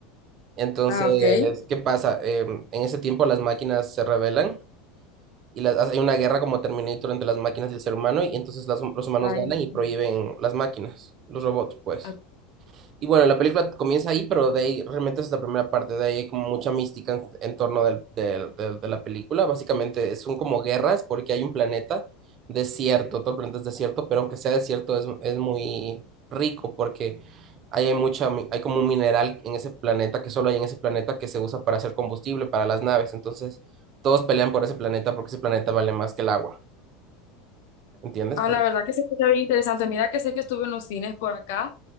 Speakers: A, on the right; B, on the left.
A: Entonces,
B: Ah, ok.
A: ¿qué pasa? Eh, en ese tiempo las máquinas se rebelan y las, hay una guerra como Terminator entre las máquinas y el ser humano y entonces las- los humanos
B: Ay,
A: ganan
B: no.
A: y prohíben las máquinas, los robots, pues.
B: Ah,
A: Y bueno, la película comienza ahí, pero de ahí realmente es la primera parte, de ahí hay como mucha mística en, en torno del- del- del- de la película. Básicamente son como guerras porque hay un planeta desierto, todo el planeta es desierto, pero aunque sea desierto es, es muy rico porque ahí hay mucha, mi- hay como un mineral en ese planeta que solo hay en ese planeta que se usa para hacer combustible para las naves. Entonces todos pelean por ese planeta porque ese planeta vale más que el agua, ¿entiendes?
B: ah, la verdad que se escucha bien interesante. Mira que sé que estuve en los cines por acá